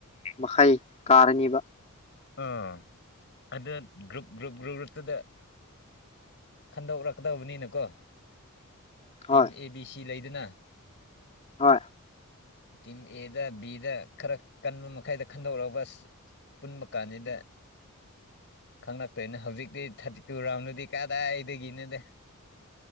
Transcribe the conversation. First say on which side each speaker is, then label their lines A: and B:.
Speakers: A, on the left; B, on the left.
A: ꯃꯈꯩ ꯀꯥꯔꯅꯤꯕ
B: ꯑꯥ ꯑꯗꯨ ꯒ꯭ꯔꯨꯞ ꯒ꯭ꯔꯨꯞ ꯒ꯭ꯔꯨꯞ ꯒ꯭ꯔꯨꯞꯇꯨꯗ ꯈꯟꯗꯣꯛꯔꯛ ꯇꯧꯕꯅꯤꯅꯀꯣ ꯇꯤꯝ
A: ꯍꯣꯏ
B: ꯑꯦ ꯕꯤ ꯁꯤ ꯂꯩꯗꯅ
A: ꯍꯣꯏ
B: ꯇꯤꯝ ꯑꯦꯗ ꯕꯤꯗ ꯈꯔ ꯀꯟꯕ ꯃꯈꯩꯗ ꯈꯟꯗꯣꯛꯔꯒ ꯀꯅꯤꯗ ꯈꯪꯂꯛꯇꯣꯏꯅ ꯍꯧꯖꯤꯛꯇꯤ ꯊꯥꯔꯇꯤꯇꯨ ꯔꯥꯎꯟꯗꯗꯤ ꯀꯥꯗꯥꯏꯗꯒꯤꯅꯣꯗ